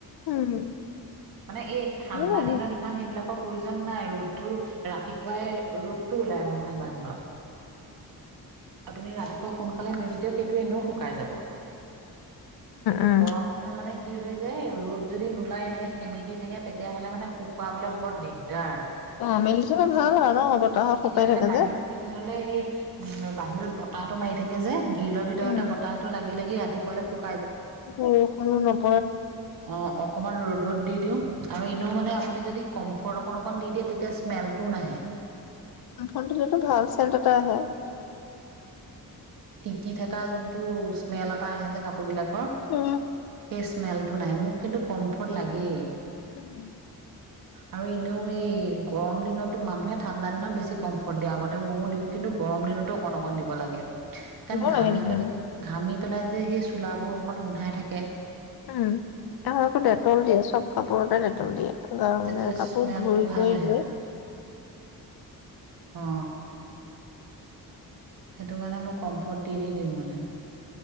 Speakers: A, on the left; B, on the right.
A: উম
B: মানে এই ঠাণ্ডা
A: উম উম
B: দিনত ইমান সেইবিলাকক প্ৰয়োজন নাই ৰ'দটো ৰাতিপুৱাই ৰ'দটো ওলাই ঠাণ্ডা দিনত। আপুনি ৰাতিপুৱা সোনকালে সফালে মেলি দিও সেইটো এনেও শুকাই যাব কিন্তু
A: উম।
B: গৰম দিনত মানে কি হয় যে ৰ'দ যদি নোলাই এনেকে সেমেকি থাকে তেতিয়াহ'লে মানে শুকুৱাবলৈ বৰ দিগদাৰ
A: অ' মেলি থলে
B: এতিয়া
A: ভাল হয় ন বতাহত শুকাই
B: এতিয়া মানে
A: থাকে
B: বাহিৰত
A: যে।
B: মেলি থলে এই উম বাহিৰত বতাহতো মাৰি থাকে যে। গিলৰ ভিতৰতে
A: উম।
B: বতাহটো লাগি লাগি ৰাতিপুৱালে শুম।
A: বৰষুণো নপ
B: অ'অকণমান ৰ'দত দি দিও আৰু এনেও মানে আপুনি যদি! কম্ফৰ্ট অকন অকণ দি দিয়া তেতিয়া স্মেলটোও নাহে।
A: কম্ফ'ৰ্ট দিলে টো ভাল চেণ্ট এটা আহে।
B: তি থকা যোনটো স্মেল এটা আহে যে কাপোৰ বিলাক
A: অ
B: সেই স্মেলটো নাই মোক কিন্তু কমফৰ্ট লাগেই।
A: কোনো স্ৱৰ শুনা পোৱা নগ'ল। <inaudible>
B: আৰু এনেও এই গৰম দিনতকৈ মানুহে ঠাণ্ডা দিনত বেছি কমফৰ্ট দিয়ে আগতে ময়ো দিওঁ কিন্তু গৰমৰ দিনটো অকণ অকণ দিব লাগে।
A: দিব
B: কাৰণ ঘামি
A: লাগে তেনেকে।
B: পেলাই ঘামি পেলাই যে সেই চোলাবোৰ অকমান গোন্ধাই থাকে
A: উম আমাৰ আকৌ ডেটল দিয়ে চব কাপোৰতে ডেটল দিয়ে গ
B: তেতিয়া
A: মানে কাপোৰ
B: স্মেলটো
A: ধুই
B: ভাল
A: কৰি
B: আহে
A: লৈ
B: অ সেইটো কাৰণে মই কম্ফৰ্ট দি দি দিওঁ মানে